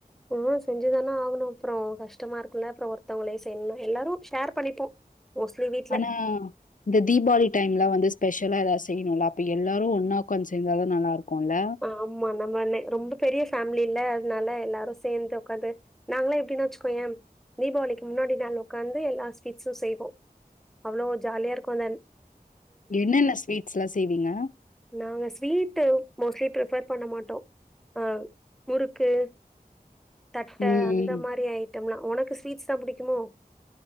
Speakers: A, in the centre; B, on the left.
A: ம் செஞ்சுதானே ஆகணு அப்றொ கஷ்டமா இருக்குல அப்புற ஒருத்தவங்களே செய்யணுனா எல்லாரும் ஷேர் பண்ணிப்போ மோஸ்ட்லி வீட்
B: ஆனா இந்த தீபாளி டைம்லா வந்து ஸ்பெஷலா எதாவது செய்யணுல்ல அப்ப எல்லாரு ஒன்னா ஒக்காந்து செஞ்சாதா நல்லா இருக்கு இல்ல
A: ஆமா நம்ம ரொம்ப பெரிய ஃபேமிலி இல்ல அதனால எல்லாரும் சேந்து உக்காந்து நாங்கலா எப்டின்னு வச்சுக்கோய தீபாவளிக்கு முன்னாடி நாள் உக்காந்து எல்லா ஸ்வீட்ஸும் செய்வோ அவ்ளோ ஜாலியா இருக்கும்ந்தன்
B: என்னென்ன ஸ்வீட்ஸ்லா செய்வீங்க
A: நாங்க ஸ்வீட்டு மோஸ்ட்லி ப்ரிப்பேர் பண்ண மாட்டோ ஆ முறுக்கு தட்ட
B: ம்.
A: அந்த மாரி ஐட்டம்லா உனக்கு ஸ்வீட்ஸ் தா புடிக்குமோ